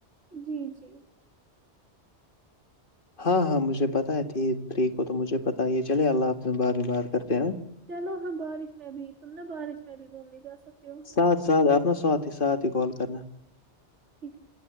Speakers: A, on the right; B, on the left.
A: جی جی
B: ہاں ہاں مجھے پتا ہے ت تری کو تو مجھے پتہ ہے یہ چلے اللہ اپنے بار میں بات کرتے ہیںا
A: چلو ہاں بارش میں بھی تم نا بارش میں بھی گھومنے جا سکتے ہو
B: ساتھ ساتھ اپنا ساتھ ہی ساتھ ہی کال کرنا
A: ٹھیک ہے